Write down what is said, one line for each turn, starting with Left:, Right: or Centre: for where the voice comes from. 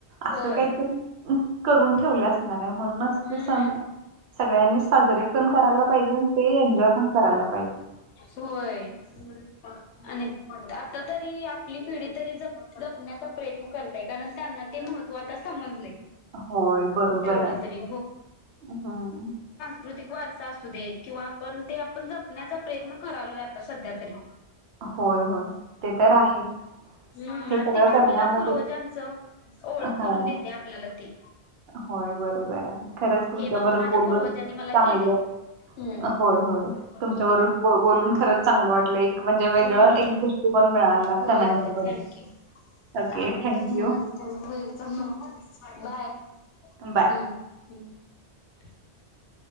Left: होय
Right: असं काहीतरी अ, करून ठेवले असणार आहे म्हणूनसते
Left: हम्म
Right: सण सगळ्यांनी साजरे करण करायला पाहिजे ते एन्जॉय पण करायला पाहिजे
Left: होय आता तरी आपली पिढी तरी जपण्याचा प्रयत्न करतय कारण त्यांना ते महत्त् पता समजले
Right: होय बरोबर
Left: तेवढा
Right: आहे
Left: तरी
Right: हम्
Left: स्कृतिक वारसा असू देत किंवा आपण ते आपण जपण्याचा प्रयत्न करालोय आता सध्या तरी
Right: होय होय ते तर आहे
Left: हम्म
Right: हे
Left: आणि
Right: सगळं
Left: ती काय
Right: करण्यामध्ये
Left: आपल्याला पूर्वजांचं ओळख
Right: हा
Left: करून देते आपल्याला ती.
Right: होय बरोबर आहे खरंच तुमच्या
Left: हे बाबा
Right: बरोबर
Left: माझ्या
Right: बोलून
Left: पूर्वजांनी मला
Right: चांगलं
Left: केले हम्म
Right: होय होय तुमच्याबरोबर
Left: हम्म
Right: बोलूण खरंच चांगलं वाटलं एक म्हणजे वेगळ
Left: हम्म
Right: एक गोष्टी पण मिळाला
Left: होय होय
Right: <unintelligible>
Left: थँक्यू
Right: ओके
Left: आवड
Right: thank you
Left: well welcome bye
Right: bye
Left: <unintelligible>